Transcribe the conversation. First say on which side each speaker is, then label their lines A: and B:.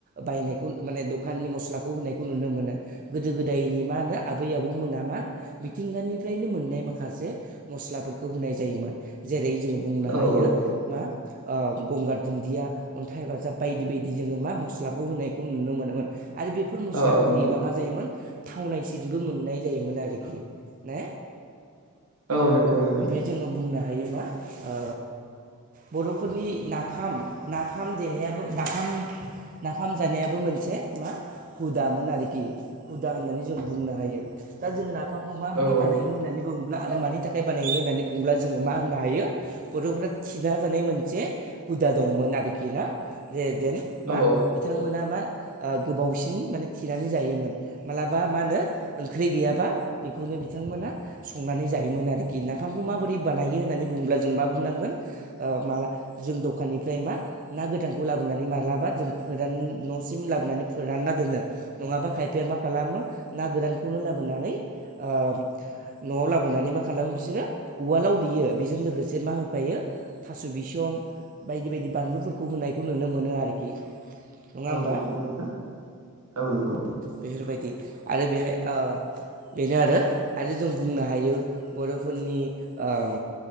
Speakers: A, on the right; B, on the right.
A: बायनायखौ माने दखाननि मस्लाखौ होनायखौ नुनो मोनो। गोदो गोदायनि मा होनो आबै आबौ मोन मा मिथिंगानिफ्रायनो मोननाय माखासे मस्लाफोरखौ होनाय जायोमोन। जेरै जोङो बुंनो
B: औ
A: हायो
B: औ
A: मा ओं गंगार दुन्दिया अन्थाइ बाजाब बायदि बायदि जोङो मा मस्लाखौ होनायखौ नुनो मोनोमोन। आरो बेफोर मस्लाखौ
B: औ औ नंगौ
A: होयोबा मा जायोमोन थावनायसिनबो मोननाय जायोमोन आरोखि ने?
B: औ नोंगौ नोंथां।
A: ओमफ्राय जोङो बुंनो हायो मा ओ बर'फोरनि नाफाम नाफाम देनायाबो नाफाम नाफाम जानायाबो मोनसे मा हुदामोन आरोखि हुदा होननानै जों बुंनो हायो दा जोंङो ना फामखौ माबोरै
B: औ
A: बानायो होननानै बुं ब्ला आरो मानि थाखाय हाय बानायो होननानै बुंब्ला जोङो मा होननो हायो बर'फोरा थिना जानाय मोनसे हुदा दंमोन आरोखि ना? रेजेन मा
B: औ
A: बिथांमोना मा ओ गोबावसिन माने थिनानै जायोमोन मालाबा मा होनो ओंख्रि गैयाबा बेखौनो बिथांमोना संनानै जायोमोन आरोखि। कि नाफामखौ माबोरै बानायो होननानै बुङोब्ला जों मा बुंनांगोन माला जों दखाननिफ्राय मा ना गोथानखौ लाबोनानै मालाबा जों फोरान न'सिम लाबोनानै फोरानना दोनो। नङाबा खायफाया मा खालामो ना गोरानखौनो लाबोनानै ओ न'आव लाबोनानै मा खालामो बिसोरो उवालाव देयो बेजों लोगोसे मा होफायो थास' बिसं बायदि बायदि बानलुफोरखौ होनायखौ नुनो मोनो आरोखि। नङा
B: औ
A: होमबा
B: नंगौ नोंथां औ नंगौ।
A: बेफोरबायदि आरो बेहाय ओ बेनो आरो आरो जों बुंनो हायो बर'फोरनि ओम